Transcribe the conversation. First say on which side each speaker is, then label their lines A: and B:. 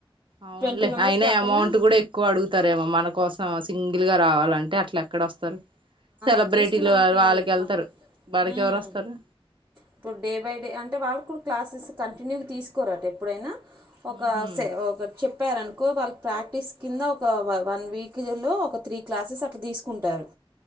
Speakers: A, on the right (about 60°); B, on the right (about 20°).
A: అవునులే
B: ట్వంటీ మెంబర్స్
A: అయినా
B: కాకపోయినా
A: అమౌంట్ కూడా ఎక్కువ అడుగుతారేమో మన కోసం సింగిల్ గా రావాలంటే అట్లా ఎక్కడ వస్తారు సెలబ్రిటీలు
B: అట్లీస్ట్ మనకి
A: వాళ్ళకి వెళ్తారు
B: వ-
A: మనకెవరు
B: ఉమ్,
A: వస్తారు
B: ఇప్పుడు డే బై డే అంటే వాళ్ళకూడా క్లాసెస్ కంటిన్యూగ తీసుకోరట ఎప్పుడైనా ఒక
A: ఉహు
B: సె ఒక చెప్ చెప్పారనుకో వాళ్ళకి ప్రాక్టీస్ కింద ఒక వన్ వీక్ లో ఒక త్రీ క్లాసెస్ అట్ల తీసుకుంటారు